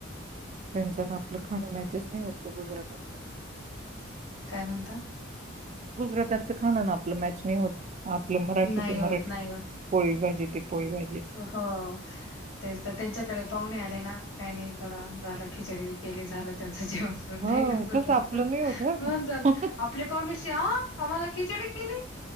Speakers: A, on the right; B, on the left.
A: त्यांचा ना आपलं खाण मॅचेस नाही होत गुजरात्याचं
B: काय म्हणता?
A: गुजरात्याचं खाण अन आपलं मॅच नाही होत. आपल मराठी
B: नाही
A: ते
B: होत
A: मराठीच,
B: नाही
A: पोळी भाजी ते पोळी भाजीच
B: हा. तेच तर त्यांच्याकडे पाहुणे आले ना काही नाही थोडं झालं खिचडी ब केली झालं त्यांचं जेवण
A: हो, तसं आपलं
B: <unintelligible>
A: नाही होत बरं
B: होऊन
A: का.
B: जात आपली पाहुणी चहा, आम्हाला खिचडी केली